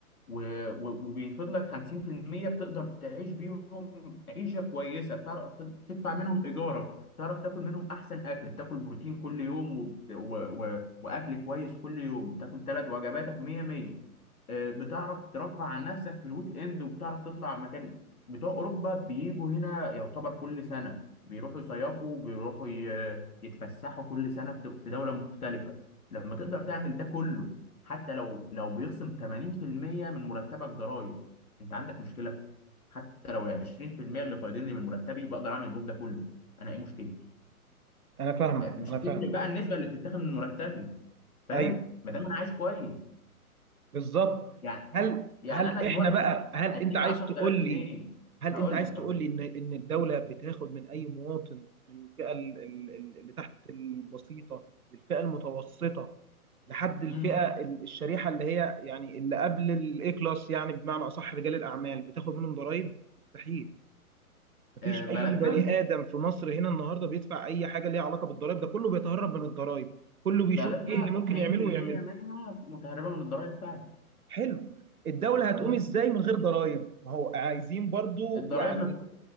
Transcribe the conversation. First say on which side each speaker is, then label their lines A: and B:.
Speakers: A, on the left (about 70°); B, on the right (about 70°).
A: و- و- وبيفضل لك 50% بتقدر تعيش بيهم عيشة كويسة بتعرف تد- تدفع منهم إيجارك بتعرف تاكل منهم أحسن أكل بتاكل بروتين كل يوم وبت- و... و... وأكل كويس كل يوم بتاكل ثلاث وجباتك مية مية آه، بتعرف ترفع عن نفسك في الويك إند وبتعرف تطلع مكان بتوع أوروبا بيجوا هنا يعتبر كل سنة بيروحوا يصيفوا بيروحوا يتفسحوا كل سنة في دو- في دولة مختلفة لما تقدر تعمل ده كله حتى لو لو بيخصم 80% من مرتبك ضرائب انت عندك مشكلة حتى لو ال 20% اللي فايضين لي من مرتبي بقدر اعمل بيهم ده كله انا ايه مشكلتي
B: انا فاهمك
A: مش
B: انا
A: هتفرق
B: فاهمك
A: بقى النسبة اللي بتتاخد من مرتبي فاهم
B: ايوه
A: ما دام انا عايش كويس
B: بالظبط
A: يعني
B: هل
A: يعني
B: هل
A: انا دلوقتي
B: احنا بقى هل
A: هديك
B: انت عايز
A: 10000
B: تقول
A: جنيه
B: لي هل
A: هقول
B: انت عايز
A: لك
B: تقول
A: هقول لك
B: لي ان ان الدوله بتاخد من اي مواطن من الفئه ال- ال- ال- اللي تحت البسيطه للفئه المتوسطه لحد الفئه
A: امم
B: ال- الشريحه اللي هي يعني اللي قبل الاي كلاس يعني بمعنى اصح رجال الاعمال بتاخد منهم ضرائب مستحيل مفيش
A: آه، بلدنا
B: اي بني ادم في مصر هنا النهارده بيدفع اي حاجه ليها علاقه بالضرائب ده كله بيتهرب من الضرائب كله بيشوف
A: بلدنا
B: ايه اللي
A: 90%
B: ممكن يعمله ويعمله
A: منها متهربة من الضرائب فعلا
B: حلو الدوله هتقوم
A: أمم.
B: ازاي من غير ضرائب ما هو عايزين برضو
A: الضرايب
B: يعني